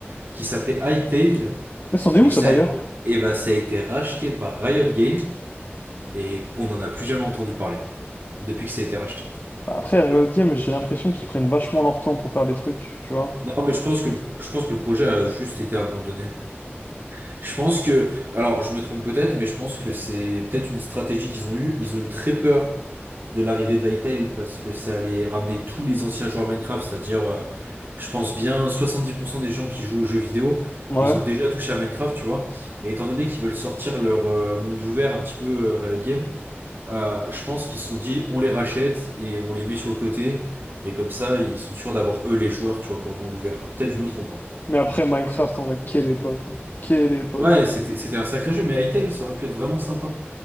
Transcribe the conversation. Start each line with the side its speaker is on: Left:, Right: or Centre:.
Right: qui s'appelait Hytale
Left: Mais c'en est
Right: et
Left: où ça
Right: ça,
Left: d'ailleurs?
Right: et bah ça a été racheté par Riot Games et on n'en a plus jamais entendu parler. depuis que ça a été racheté.
Left: Bah, après, Riot Games, j'ai l'impression qu'ils prennent vachement leur temps pour faire des trucs, tu vois.
Right: Non, mais je pense que le- je pense que le projet a juste été abandonné. Je pense que, alors je me trompe peut-être, mais je pense que c'est peut-être une stratégie qu'ils ont eue. Ils ont eu très peur de l'arrivée d'Hytale parce que ça allait ramener tous les anciens joueurs Minecraft, c'est-à-dire, euh, je pense bien 70% des gens qui jouent aux jeux vidéo,
Left: Ouais.
Right: ils ont déjà touché à Minecraft, tu vois. Et étant donné qu'ils veulent sortir leur euh, monde ouvert un petit peu euh, Riot Games, Euh, je pense qu'ils se sont dit, on les rachète et on les met sur le côté. Et comme ça, ils sont sûrs d'avoir eux les joueurs, tu vois, pour le monde ouvert. Ah, Peut-être je me trompe. hein.
Left: Mais après, Minecraft, en vrai, quelle époque. hein. Quelle époque.
Right: Ouais, c'était c'était un sacré jeu, mais Hytale, ça aurait pu être vraiment sympa.